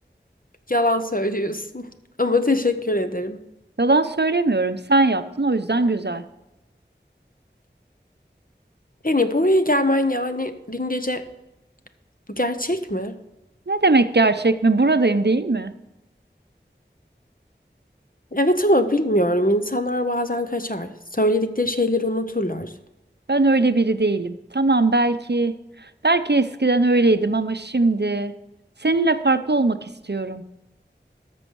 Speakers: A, on the left (about 50°); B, on the right (about 65°).
A: Yalan söylüyorsun. <laughs> Ama teşekkür ederim.
B: Yalan söylemiyorum. Sen yaptın o yüzden güzel.
A: Yani buraya gelmen yani dün gece bu gerçek mi?
B: Ne demek gerçek mi? Buradayım değil mi?
A: Evet ama bilmiyorum. İnsanlar bazen kaçar. Söyledikleri şeyleri unuturlar.
B: Ben öyle biri değilim. Tamam belki belki eskiden öyleydim ama şimdi seninle farklı olmak istiyorum.